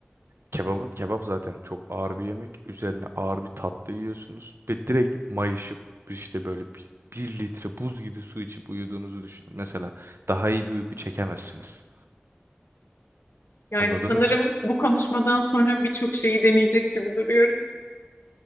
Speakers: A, on the right; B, on the left.
A: Kebabın kebap zaten çok ağır bir yemek. Üzerine ağır bir tatlı yiyorsunuz ve direkt mayışıp işte böyle bir, bir litre buz gibi su içip uyuduğunuzu düşünün. Mesela daha iyi bir uyku çekemezsiniz.
B: Yani
A: Anladınız
B: sanırım
A: mı?
B: bu konuşmadan sonra birçok şeyi deneyecek gibi duruyoruz.